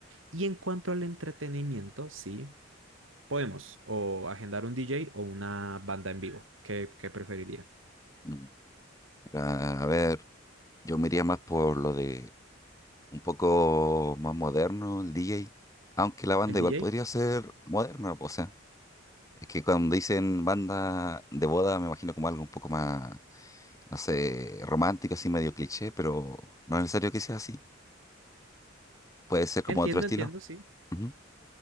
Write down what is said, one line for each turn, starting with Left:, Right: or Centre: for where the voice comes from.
Right: Y en cuanto al entretenimiento, sí, podemos o agendar un DJ o una banda en vivo. ¿Qué, qué preferiría?
Left: Mm. A ver, yo me iría más por lo de un poco más moderno, el DJ. Aunque la banda
Right: ¿El DJ?
Left: igual podría ser moderna, o sea, es que cuando dicen banda de boda me imagino como algo un poco más, no sé, romántico, así medio cliché, pero no es necesario que sea así. Puede ser como
Right: Entiendo,
Left: otro estilo.
Right: entiendo, sí.
Left: Ujú.